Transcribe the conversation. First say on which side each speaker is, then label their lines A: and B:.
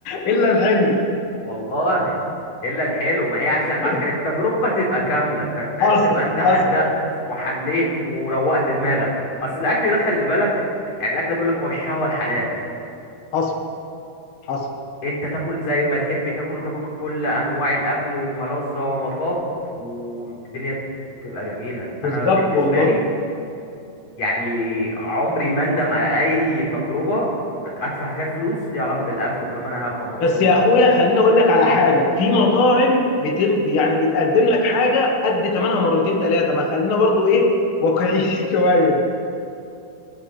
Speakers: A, on the left; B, on the left.
A: الا الحلو
B: والله الا الحلو ما هي عشان
A: <laughs>
B: عشان التجربه تبقى كامله فاهم
A: حصل
B: تبقى انت حدقت
A: حصل
B: وحليت وروقت دماغك اصل الاكل ده خلي بالك يعني الاكل ده بيقول لك هو الشهوه الحلال
A: حصل حصل
B: انت تاكل زي ما تحب تاكل وتاكل كل انواع الاكل وملذه ومطاب والدنيا بتبقى جميله
A: بالظبط
B: انا بالنسبه
A: والله
B: لي يعني عمري ما اندم على اي تجربه ادفع فيها فلوس ليها علاقه بالاكل طالما انا هبقى مبسوط
A: بس يا اخويا خليني اقول لك على حاجه في مطاعم بتن... يعني بتقدم لك حاجه قد ثمنها مرتين ثلاثه ما خلينا برضو ايه واقعيين <laughs> شويه